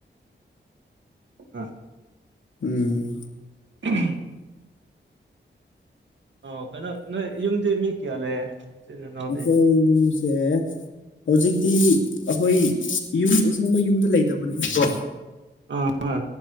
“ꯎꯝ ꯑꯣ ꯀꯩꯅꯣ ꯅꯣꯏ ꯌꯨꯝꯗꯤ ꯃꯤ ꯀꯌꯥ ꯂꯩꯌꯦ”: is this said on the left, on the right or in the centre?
Right